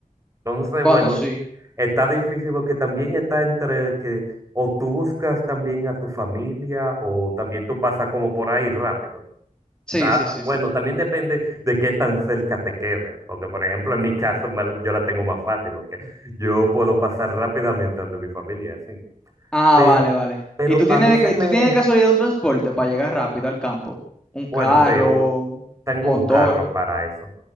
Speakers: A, on the right; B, in the centre.
A: Entonces,
B: Bueno,
A: bueno,
B: sí.
A: está difícil porque también está entre que o tú buscas también a tu familia o también tú pasas como por ahí rápido.
B: Sí,
A: O sea,
B: sí, sí,
A: bueno,
B: sí.
A: también depende de qué tan cerca te quedes. Porque, por ejemplo, en mi caso me la- yo la tengo más fácil porque yo puedo pasar rápidamente ante mi familia, así.
B: Ah,
A: Pero,
B: vale, vale.
A: pero
B: ¿Y tú tienes
A: a mí
B: de,
A: se
B: ca-
A: me,
B: tú tienes de casualidad un transporte para llegar rápido al campo? Un
A: bueno,
B: carro,
A: sí, o- tengo
B: motor.
A: un carro para eso.